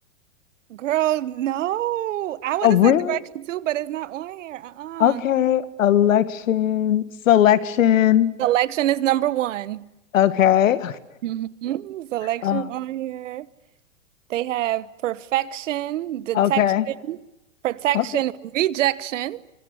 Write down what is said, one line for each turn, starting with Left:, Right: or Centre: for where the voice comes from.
Right: <laughs> Girl, no. I would
Left: Oh,
Right: have
Left: really?
Right: said direction too, but it's not on here. Uh-uh.
Left: Okay. Election, selection.
Right: Selection is number one.
Left: Okay.
Right: hmm Selections
Left: Um,
Right: on here. They have perfection, detection,
Left: okay.
Right: protection,
Left: Okay.
Right: rejection,